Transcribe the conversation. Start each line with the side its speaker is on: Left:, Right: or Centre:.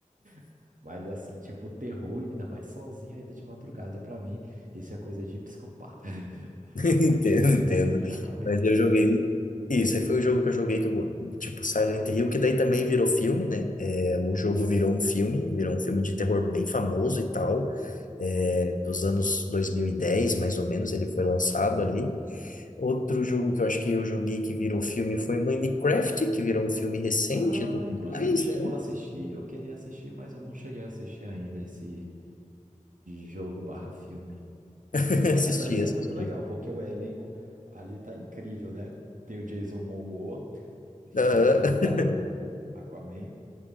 Right: <laughs> Mas assim, tipo, terror, ainda mais sozinho, ainda de madrugada, pra mim, isso é coisa de psicopata. <laughs>
Left: <laughs> Entendo, entendo.
Right: É, já comentei
Left: Mas eu
Right: isso.
Left: joguei.
Right: com você.
Left: Isso, aí foi o jogo que eu joguei, que eu, go- tipo Silent Hill, que daí também virou filme, né? É, o jogo virou um filme, virou um filme de terror bem famoso e tal,
Right: Uhum.
Left: é, dos anos 2010 mais ou menos, ele foi lançado ali. Outro jogo que eu acho que eu joguei que virou filme foi Minecraft, que virou um filme recente
Right: Ah,
Left: e tudo
Right: inclusive
Left: mais,
Right: chegou
Left: né?
Right: a assistir, eu queria assistir, mas eu não cheguei a assistir ainda esse jogo barra filme.
Left: <laughs> Assisti,
Right: Mas parecia
Left: assisti.
Right: muito legal, porque o elenco ali tá incrível, né? Tem o Jason Momoa, que
Left: Aham.
Right: é aquele lá do
Left: <laughs>
Right: Aquaman,